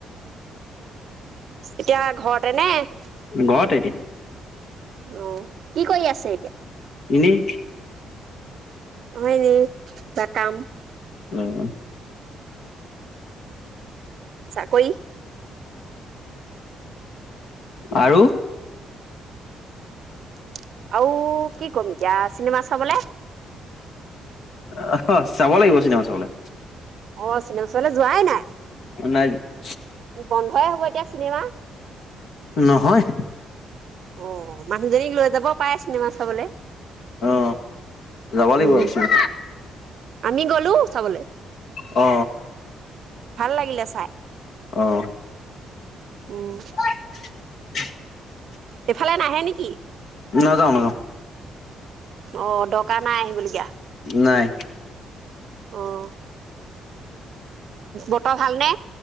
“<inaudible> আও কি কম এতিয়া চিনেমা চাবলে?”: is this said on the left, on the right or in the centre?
Right